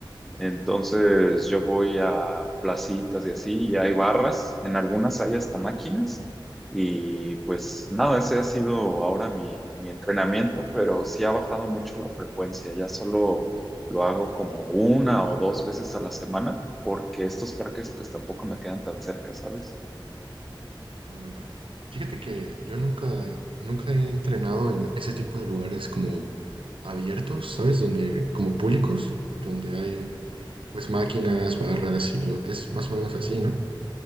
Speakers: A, in the centre; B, on the right.
A: Entonces yo voy a placitas y así, y hay barras, en algunas hay hasta máquinas, y pues nada, ese ha sido ahora mi, mi entrenamiento, pero sí ha bajado mucho la frecuencia, ya solo lo hago como una o dos veces a la semana, porque estos parques pues tampoco me quedan tan cerca, ¿sabes?
B: Oh, ya. Fíjate que yo nunca, nunca he entrenado en ese tipo de lugares como abiertos, ¿sabes? Donde, como públicos, donde hay pues máquinas, barras y lo, es más o menos así, ¿no?